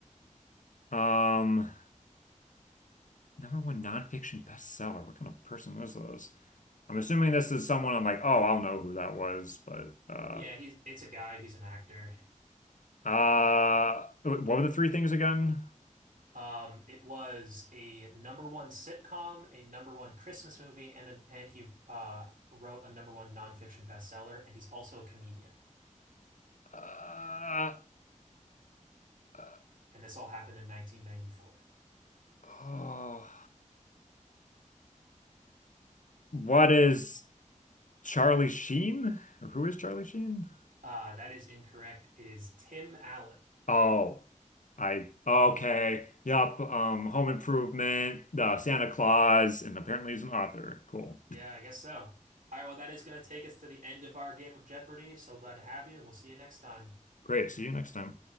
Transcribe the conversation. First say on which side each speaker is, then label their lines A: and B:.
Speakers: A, on the left; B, on the right.
A: Um number one nonfiction bestseller. What kind of person is this? I'm assuming this is someone I'm like, oh, I'll know who that was, but uh
B: Yeah, he's it's a guy, he's an actor.
A: uh what were the three things again?
B: Um, it was a number one sitcom, a number one Christmas movie, and a, and he uh, wrote a number one nonfiction bestseller, and he's also a comedian.
A: Uh, uh,
B: And this all happened in 1994.
A: oh, what is Charlie Sheen? Or who is Charlie Sheen?
B: Uh, that is incorrect. It is Tim Allen.
A: Oh, I okay. Yup. Um, Home Improvement, uh, Santa Claus, and apparently he's an author. Cool.
B: Yeah, I guess so. All right, well, that is going to take us to the end of our game of Jeopardy. So glad to have you, and we'll see you next time.
A: Great. See you next time.